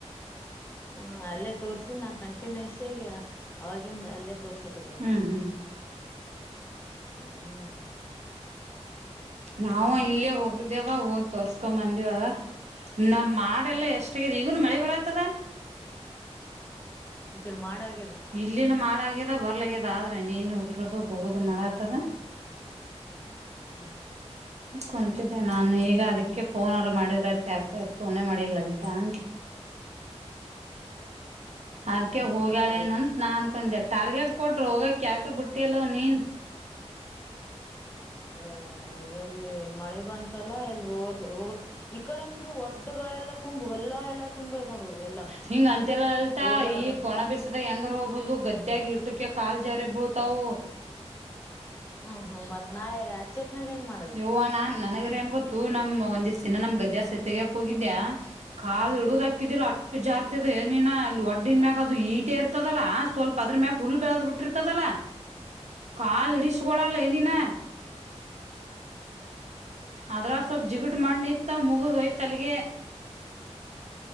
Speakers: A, on the left; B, on the right.
A: ಹ ಅಲ್ಲೇ ತೋರ್ಸಿ ನಾ ಕಂಟಿನ್ಯಷ್ಯಗೆ ಆವಾಗಿಂದ ಅಲ್ಲೇ ತೋರ್ಸಕತ್ತನಿ
B: ಹ್ಮ್ ಹ್ಮ್
A: ಹ್ಮ್
B: ನಾವು ಇಲ್ಲೇ ಹೋಗ್ದೇವ ಹೋಗಿ ತೋರ್ಸ್ಕೊ ಬಂದಿವ ನಾಮ್ ಮಾಡ ಎಲ್ಲ ಎಷ್ಟ
A: ಹ್ಮ್
B: ಆಗಿದೆ ಈಗನು ಮಳೆ ಬರತ್ತದ
A: ಈ ಕಡೆ ಮಾಡಾಗ
B: ಇಲ್ಲಿನ ಮಾಡಗದೆ ಬರಲಾಗಿದ ಆದ್ರ ಹನಿ ಹನಿ ಉದ್ರದು ಹೋಗದು ಮಾಡಕತ್ತಾದ
A: ಹ್ಮ್
B: ಕುಂತಿದ್ದೆ ನಾನು ಈಗ ಅದಕ್ಕೆ ಫೋನ್ ಅವ್ರ ಮಾಡಿದ್ರತ್ ಯಾಕ ಫೋನೇ ಮಾಡಿಲ್ಲಂತ ಅ ಅದಕೆ
A: ಫೋನ
B: ಹೋಗಾಳೆ
A: ಮಾಡಿಲ್ಲ ಇವತ್ತು
B: ಅಂತ ನಾ ಅನ್ಕೊಂಡೆ ಟಾರ್ಗೆಟ್ ಕೊಡ್ರರು ಹೋಗ ಕ್ಯಾಕ ಬುಟ್ಟಿ ಅಲ್ಲ ನೀನ್
A: ಅ ಎಲ್ಲಿ ಮಳೆ ಬಂತಲ್ಲ ಎಲ್ಲಿ ಹೋದು ಹೋಗ ಈ ಕಡೆಂದು ಒಡ್ಡಗಳೆಲ್ಲ ತುಂಬು ಹೊಲ್ಲ ಎಲ್ಲಾ ತುಂಬೇದ್ ನೋಡು ಎಲ್ಲಾ
B: ಹಿಂಗ ಅಂತೆಲ್ಲ ಅಲ್ತಾ
A: ಹೋಗ್ಲಾರ್ದಂಗ
B: ಈ ಒಣ ಬಿಸದಾಗ ಹೆಂಗರಾ ಹೋಗಬಹುದು ಗದ್ದ್ಯಾಗಿ ಇಟ್ಟುಕ ಕಾಲ್ ಜರೆ ಬೋಳ್ತವ
A: ಹ್ಮ್ ಹ್ಮ್ ಮತ್ ನಾಳೆ ಅಚ್ಚತ್ನಾಗ ಹೆಂಗ್ ಮಾಡದು
B: ಯವ್ವ ನಾ ನನಗೆ ಏನ್ ಗೊತ್ತು ನಮ್ ಒಂದ್ ದಿಸ್ ದಿನ ನಮ್ ಗದ್ದೆ ತಗಾಕ್ ಹೋಗಿದ್ದ್ಯಾ ಕಾಲ್ ಹಿಡುದಾಕ ಕೆದನು ಅಟ ಜಾರ್ ನಲ್ಲಿ ಒಡ್ಡಿನ ಮ್ಯಾಗ ಅದು ಈಟೆ ಇರ್ತದಲ್ಲ ಸ್ವಲ್ಪ ಅದ್ರ ಮ್ಯಾಗ ಹುಲ್ಲ ಬೆಳೆದ ಬಿಟ್ಟು ಬಿಟ್ಟತದಲ್ಲ
A: ಹ್ಮ್
B: ಕಾಲ್ ಚೋಡಾಲ ಎನಿ ನ
A: ಹ್ಮ್
B: ಅದ್ರ ಸ್ವಲ್ಪ್ ಜಿಗಟು ಮಣ್ಣ ನಿತ್ ಮುಗ್ಡೊಯ್ತು ತೆಲ್ಲಿಗೆ